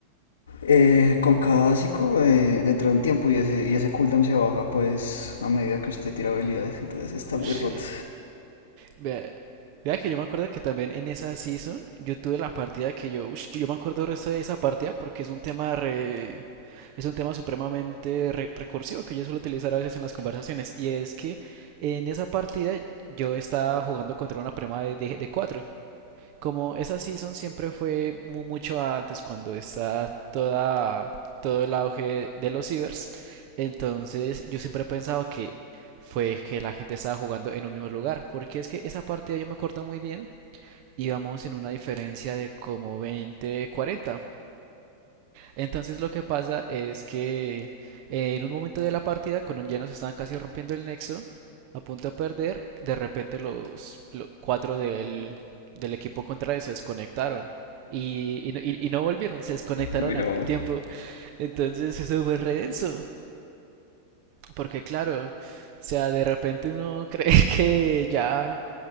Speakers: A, on the left (about 70°); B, on the right (about 45°).
A: Eh, con cada básico, eh, dentro de un tiempo y ese, y ese cooldown se baja pues a medida que usted tira habilidades, entonces está
B: Ush,
A: muy roto.
B: Vea, vea que yo me acuerdo que también en esa season yo tuve la partida que yo, ush, yo me acuerdo el resto de esa partida porque es un tema re, es un tema supremamente re- recursivo que yo suelo utilizar a veces en las conversaciones y es que en esa partida yo estaba jugando contra una prima de, de, de cuatro como esa season siempre fue mu- mucho antes cuando está toda todo el auge de los cibers, entonces yo siempre he pensado que fue que la gente estaba jugando en un mismo lugar, porque es que esa partida yo me acuerdo muy bien, íbamos en una diferencia de como 20, 40. Entonces lo que pasa es que eh, en un momento de la partida, cuando ya nos estaban casi rompiendo el nexo, a punto de perder, de repente los, lo- cuatro del, del equipo contrario se desconectaron. Y, y no y- y no volvieron, se desconectaron
A: Uy, no.
B: al, al tiempo. Entonces eso fue re denso. Porque claro, o sea, de repente uno <laughs> cree que ya